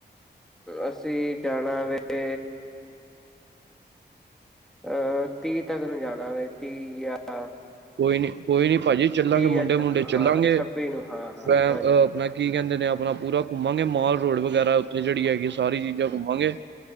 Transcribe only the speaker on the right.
ਕੋਈ ਨੀ -ਕੋਈ ਨੀ। ਭਾਜੀ ਚੱਲਾਂਗੇ।
ਮੁੰਡੇ
-ਮੁੰਡੇ ਚੱਲਾਂਗੇ
ਫ
ਆਪਣਾ ਕੀ ਕਹਿੰਦੇ ਨੇ ਅਪ- ਆਪਣਾ ਪੂਰਾ ਘੁੰਮਾਂਗੇ ਮਾਲ ਰੋਡ ਵਗੈਰਾ। ਉੱਥੇ ਜੇੜੀ ਹੈਗੀ ਸਾਰੀ ਚੀਜ਼ਾਂ ਘੁੰਮਾਂਗੇ।